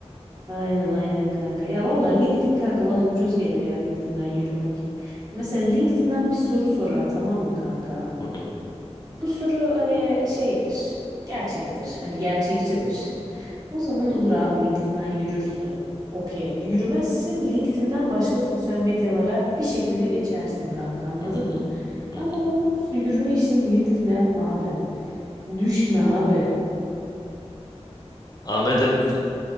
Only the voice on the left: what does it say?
Hı hı.
Hı hı
hı.
Ahmet'im.